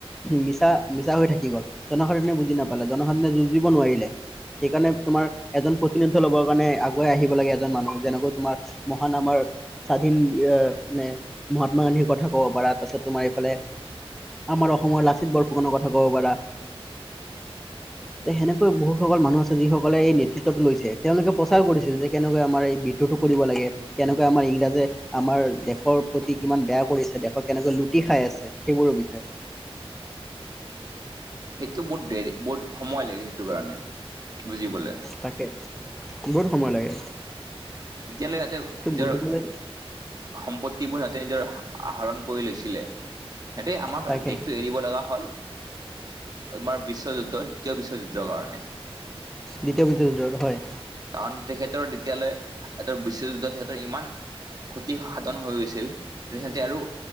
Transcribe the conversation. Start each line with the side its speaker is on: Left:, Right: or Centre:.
Centre: মিছা মিছা হৈ থাকি গল জনসাধাৰণে বুজি নাপালে জনসাধাৰণে যুজি'ব নোৱাৰিলে। সেইকাৰণে তোমাৰ এজন প্ৰতিনুদ্ধ ল'বৰ কাৰনে আহিব লাগে এজন মানুহ যেনেকৈ তোমাৰ মহান আমাৰ স্বাধীন মে মহাত্মা গান্ধী কথা ক'ব পাৰা তাৰপিছত তোমাৰ এইফালে আমাৰ অসমৰ লাচিত বৰফুকনৰ কথা কব পাৰা, সেনেকৈ বহুত সকল মানুহ আছে যিসকলে এই নেতৃত্বতটো লৈছে তেওঁলোকে প্ৰচাৰ কৰিছে। যে কেনেকৈ আমাৰ এই বিদ্ৰোহটো কৰিব লাগে, কেনেকৈ আমাৰ ইংৰাজে আমাৰ দেশৰ প্ৰতি কিমান বেয়া কৰিছে দেশৰ কেনেকৈ লুটি খাই আছে, সেইবোৰৰ বিষয়ে।
Right: সেইটো বহুত দেৰি বহুত সময় লাগিল সেইটো কাৰণে বুজিবলে।
Centre: তাকে বহুত সময় লাগে।
Right: তেতিয়ালৈ সিহঁতে
Centre: সেইটো
Right: নিজৰ
Centre: বুজিবলৈ
Right: সম্পত্তিবোৰ সিহঁতে নিজৰ আহৰণ কৰি লৈছিলে। সিহঁতে আমাৰ
Centre: তাকে
Right: দেশতটো এৰিব লগা হ'ল। আমাৰ বিশ্বযুদ্ধ দ্বিতীয় বিশ্বযুদ্ধৰ কাৰণে।
Centre: দ্বিতীয় বিশ্বযুদ্ধৰ হয়।
Right: কাৰণ তেখেতৰ তেতিয়ালে বিশ্বযুদ্ধত তেহঁতৰ ইমান ক্ষতি সাধন হৈ গৈছিল সিহঁতে আৰু